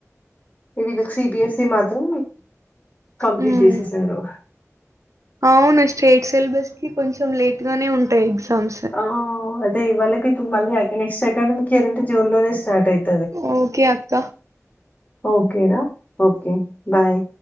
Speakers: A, on the left; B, on the right.
A: వీళ్ళకి సిబిఎస్సి మాత్రం కంప్లీట్
B: హ్మ్.
A: చేసేసారు
B: అవును స్టేట్ సిలబస్ కి కొంచెం లేట్ గానే ఉంటాయి ఎగ్జామ్స్
A: ఆ అదే ఇవాళకి ఇప్పుడు మళ్ళీ నెక్ట్ అకాడమిక్ ఇయర్ అంటే జూన్ లోనే స్టార్ అయింది
B: ఓకే అక్క
A: ఓకే రా ఓకే బాయ్